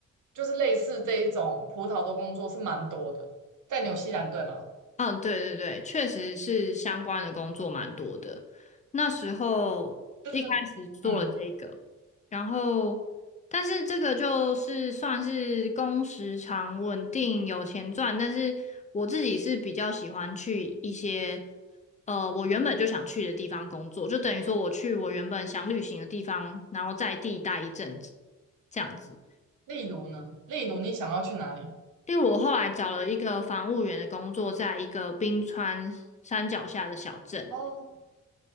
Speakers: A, on the right (about 70°); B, on the left (about 25°).
A: 就是类似这一种葡萄的工作是蛮多的，在纽西兰对吗？
B: 嗯，对对对，确实是相关的工作蛮多的。那时候一开始做了这个，
A: 就是嗯。
B: 然后但是这个就是算是工时长、稳定、有钱赚，但是我自己是比较喜欢去一些呃我原本就想去的地方工作，就等于说我去我原本想旅行的地方，然后在地待一阵子，这样子。
A: 例如呢？例如你想要去哪里？
B: 例如，我后来找了一个防务员的工作，在一个冰川山脚下的小镇。
A: 哦